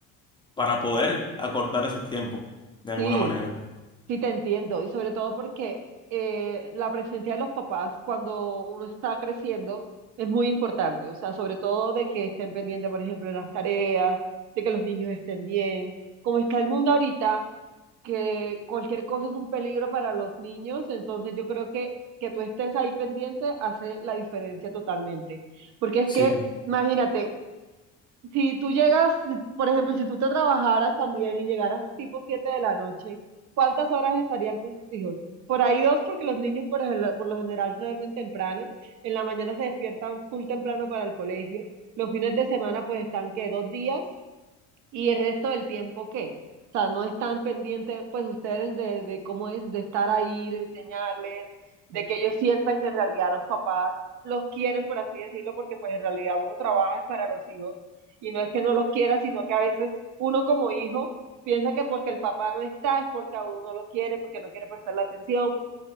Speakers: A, on the left; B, on the right.
A: para poder acortar ese tiempo, de alguna
B: sí.
A: manera.
B: Sí, te entiendo, y sobre todo porque eh, la presencia de los papás cuando uno está creciendo es muy importante, o sea, sobre todo de que estén pendientes, por ejemplo, de las tareas, de que los niños estén bien. Como está el mundo ahorita, que cualquier cosa es un peligro para los niños, entonces yo creo que que tú estés ahí pendiente hace la diferencia totalmente. Porque es
A: Sí,
B: que, imagínate, si tú llegas, si- por ejemplo, si tú te trabajaras también y llegaras tipo 7 de la noche, ¿cuántas horas estarían con tus hijos? Por ahí dos, porque los niños por, el- por lo general se duermen temprano, en la mañana se despiertan full temprano para el colegio, los fines de semana pues están que dos días ¿Y el resto del tiempo qué? O sea, no están pendientes, pues ustedes, de, de cómo es, de estar ahí, de enseñarles, de que ellos sientan que en realidad los papás los quieren, por así decirlo, porque pues en realidad uno trabaja es para los hijos y no es que no los quiera, sino que a veces uno como hijo piensa que porque el papá no está es porque a uno no lo quiere, porque no quiere prestarle atención,